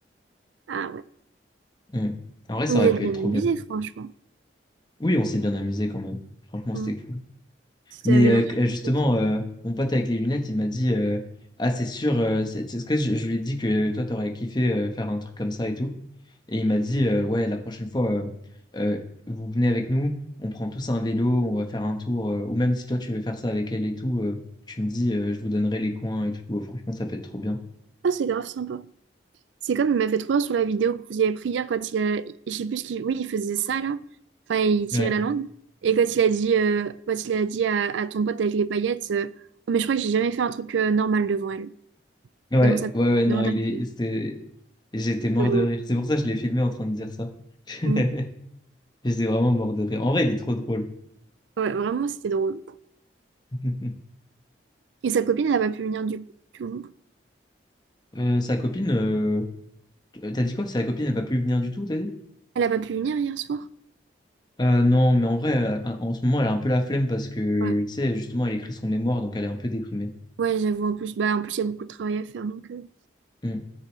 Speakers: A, on the right (about 85°); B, on the left (about 25°).
A: Ah ouais.
B: Hmm. En vrai, ça
A: Vous
B: aurait
A: êtes
B: pu
A: bien
B: être trop
A: amusés,
B: bien.
A: franchement.
B: Oui, on s'est bien amusé quand même. Franchement,
A: Mm.
B: c'était cool.
A: Ça
B: Mais
A: avait
B: euh,
A: l'air
B: que-
A: super
B: euh, justement,
A: chouette.
B: euh, mon pote avec les lunettes, il m'a dit euh, Ah, c'est sûr, euh, c'est c'est ce que je, je lui ai dit que toi, t'aurais kiffé euh, faire un truc comme ça et tout. Et il m'a dit euh, Ouais, la prochaine fois, euh, euh, vous venez avec nous, on prend tous un vélo, on va faire un tour. euh, ou même si toi, tu veux faire ça avec elle et tout, euh, tu me dis euh, Je vous donnerai les coins et tout. Euh, franchement, ça peut être trop bien.
A: Ah, c'est grave sympa. C'est comme il m'a fait trop rire sur la vidéo que vous avez pris hier quand il a... Je sais plus ce qu'il... Oui, il faisait ça, là. Enfin, il tirait
B: Ouais,
A: la langue. Et quand il a dit, euh, quand il a dit à, à ton pote avec les paillettes... euh, Oh, mais je crois que j'ai jamais fait un truc euh, normal devant elle.
B: ouais,
A: Devant sa...
B: ouais, ouais, non,
A: Devant ta
B: il
A: copine.
B: est, c'était, j'étais mort
A: C'est drôle.
B: de rire. C'est pour ça que je l'ai filmé en train de dire ça. <laughs>
A: Mm.
B: J'étais vraiment mort de rire. En vrai, il est trop drôle.
A: Ouais, vraiment, c'était drôle.
B: <laughs>
A: Et sa copine, elle n'a pas pu venir du coup.
B: Euh, sa copine, euh, t'as dit quoi? Sa copine, elle va plus venir du tout, t'as dit?
A: Elle n'a pas pu venir hier soir.
B: Euh, non, mais en vrai, euh, en ce moment, elle a un peu la flemme parce que,
A: ouais
B: tu sais, justement, elle écrit son mémoire, donc elle est un peu déprimée.
A: Ouais, j'avoue, en plus, bah, en plus, il y a beaucoup de travail à faire, donc... euh,
B: Hmm.